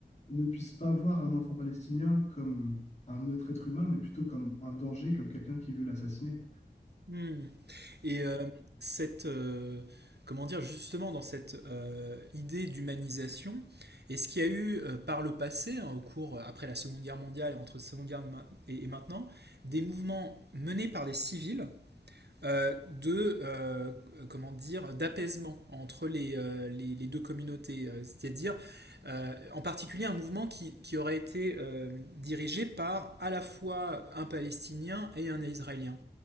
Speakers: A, on the left; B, on the right.
A: ne puisse pas voir un enfant palestinien comme un autre être humain, mais plutôt comme un danger, comme quelqu'un qui veut l'assassiner.
B: Hmm. Et euh, cette, euh, comment dire, justement dans cette euh, idée d'humanisation, est-ce qu'il y a eu euh, par le passé, hein, au cours, euh, après la Seconde Guerre mondiale et entre la Seconde Guerre ma- et, et maintenant, des mouvements menés par des civils euh, de, euh, comment dire, d'apaisement entre les, euh, les, les deux communautés, euh, c'est-à-dire euh, en particulier un mouvement qui, qui aurait été euh, dirigé par à la fois un Palestinien et un Israélien.